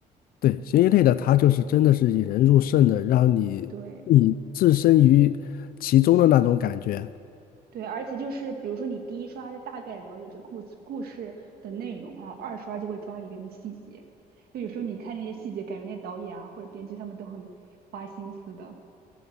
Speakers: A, on the left; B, on the right.
A: 对，悬疑类的，它就是真的是引人入胜的，让你你置身于其中的那种感觉。
B: 对对，而且就是比如说你第一刷是大概了解这故事故事的内容啊，二刷就会抓里边的细节。就有时候你看那些细节，感觉那导演啊或者编剧他们都很花心思的。